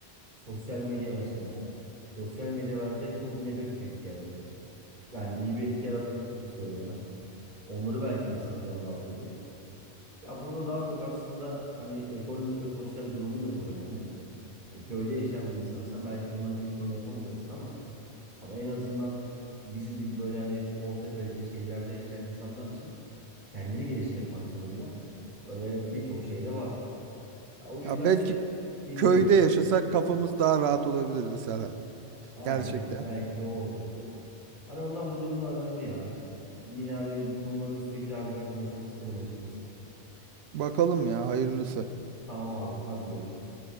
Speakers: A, on the right; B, on the right.
A: sosyal medya mesela. Sosyal medya bence çok negatif etki yaratıyor. Yani iyi bir etki yarattığını kimse söyleyemez. Onları belki insan bir azaltabilir. Ya burada daha çok aslında hani ekonomik ve sosyal durumun da çok önemli. Hani köyde yaşayan bir insansan belki bunların birçoğunu yapamayacaksın ama ama en azından bizim gibi böyle hani orta kalite şehirlerde yaşayan insanlar için kendini geliştirmek maksadında böyle birçok şey de var. Ya o yüzden
B: Ya belki
A: de bilmiyorum.
B: köyde yaşasak kafamız daha rahat olabilirdi Serhat.
A: Aynen
B: Gerçekten.
A: öyle. Belki de o olacaktı. Hani ondan bu durumlar önemli ya. Yine hani bu konuların üstüne bir daha bir daha konuşmak isterim açıkçası.
B: Bakalım ya hayırlısı.
A: Tamam abi, hadi görüşürüz.